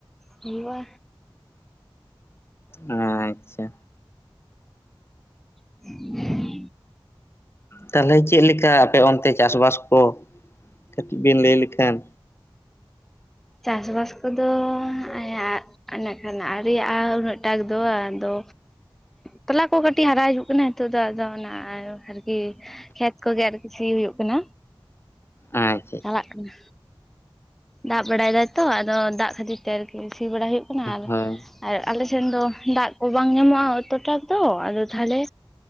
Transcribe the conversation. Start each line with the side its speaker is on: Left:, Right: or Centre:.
Centre: ᱦᱩᱭᱩᱜ-ᱟ
Left: ᱟᱪᱪᱷᱟ
Centre: <inaudible>
Left: ᱛᱟᱦᱚᱞᱮ ᱪᱮᱫ ᱞᱮᱠᱟ ᱟᱯᱮ ᱚᱱᱛᱮ ᱪᱟᱥᱵᱟᱥ ᱠᱚ ᱠᱟᱹᱴᱤᱡ ᱵᱮᱱ ᱞᱟᱹᱭ ᱞᱮᱠᱷᱟᱱ
Centre: ᱪᱟᱥᱵᱟᱥ ᱠᱚᱫᱚ ᱟᱭᱟᱜ ᱤᱱᱟᱠᱷᱟᱱ ᱟᱣᱨᱤ ᱨᱮᱭᱟᱜ ᱩᱱᱟᱹᱜᱴᱟᱠ ᱫᱚ ᱟᱫᱚ ᱛᱚᱞᱟ ᱠᱚ ᱠᱟᱹᱴᱤᱡ ᱦᱟᱨᱟ ᱦᱤᱡᱩᱜ ᱠᱟᱱᱟ ᱱᱤᱛᱚᱜ ᱫᱚ ᱟᱫᱚ ᱚᱱᱟ ᱟᱨᱠᱤ ᱠᱷᱮᱛ ᱠᱚᱜᱮ ᱟᱨᱠᱤ ᱥᱤ ᱦᱩᱭᱩᱜ ᱠᱟᱱᱟ᱾
Left: ᱟᱪᱪᱷᱟ ᱟᱪᱪᱷᱟ
Centre: ᱪᱟᱞᱟᱜ ᱠᱟᱱᱟ᱾ ᱫᱟᱜ ᱵᱟᱲᱟᱭ ᱫᱟᱭᱛᱚ ᱟᱫᱚ ᱫᱟᱜ ᱠᱷᱟᱹᱛᱤᱨ ᱛᱮ ᱟᱨᱠᱤ ᱥᱤ ᱵᱟᱲᱟᱭ ᱦᱩᱭᱩᱜ ᱠᱟᱱᱟ ᱟᱨ
Left: ᱦᱳᱭ
Centre: ᱟᱨ ᱟᱞᱮᱥᱮᱱ ᱫᱚ ᱫᱟᱜ ᱠᱚ ᱵᱟᱝ ᱧᱟᱢᱚᱜ-ᱟ ᱚᱛᱚᱴᱟ ᱫᱚ ᱟᱫᱚ ᱛᱟᱦᱚᱞᱮ